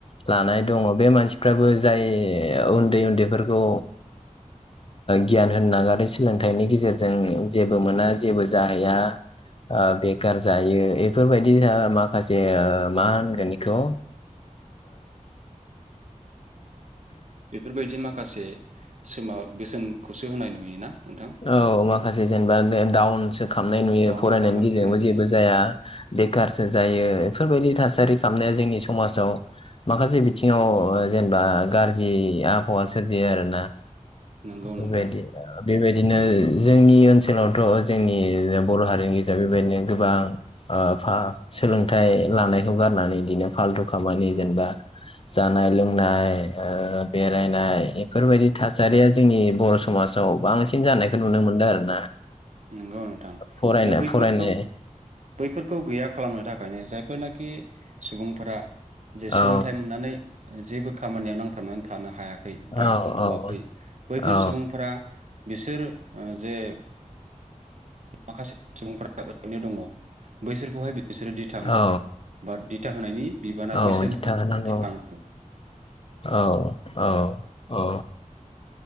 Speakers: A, on the left (about 45°); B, on the right (about 60°).
A: लानाय दङ बे मानसिफ्राबो जाय उन्दै उन्दैफोरखौ गियान होनो नागारो सोलोंथाइनि गेजेरजों जेबो मोना। जेबो जाहैया बेखार जायो बेफोरबायदि माखासे मा होनगोन बेखौ।
B: बेफोरबायदि माखासे सोमा बेसोनखौसो होनाय नुयोना। नोंथां
A: औ माखासे जेनेबा। दाउन। खालामनाय नुयो
B: डाउन
A: फरायनायनि
B: खालामनानै
A: गेजेरजोंबो
B: होनाय जायो
A: जेबो जाया बेखारसो जायो। बेफोरबायदि थासारि खालामनाया जोंनि समाजाव माखासे बिथिङाव जेनेबा गाज्रि आबहावा सोरजियो आरोना।
B: नंगौ
A: बेबाइदि
B: नोंथां
A: बिबाइदि। बिदिनो जोंनि ओनसोलावथ' जोंनि बर' हारिनि गेजेराव बेबायदिनो गोबां सोलोंथाइ लानायखौ गारनानै बिदिनो फालथु खामानि जेनेबा जानाय लोंनाय बेरायनाय बेफोरबायदि थासारिया जोंनि बर' समाजाव बांसिन। जानायखौ नुनो मोन्दों आरो ना।
B: नंगौ नोंथां
A: फरायनो
B: दा बैफोरखौ
A: फरायनो
B: बैफोरखौ गैया खालामनो थाखाय। ओंखायनो जायफोरनाखि सुबुंफोरा। जे सोलोंथाइ
A: औ
B: मोननानै। जेबो खामानियाव नांथाबनानै थानो हायाखै। बा
A: औ
B: मोनथ'वाखै
A: औ
B: बैफोर
A: औ
B: सुबुंफोरा। बिसोर जे। माखासे सुबुंफोरा ओरैनो दङ बैसोरखौहाय। बिसोरो दिथा होनांगौ
A: औ
B: बा दि। दिथा होनायनि। बिबाना
A: औ
B: बैसोरनाव
A: दिथा होनांगौ
B: थाङो।
A: औ औ औ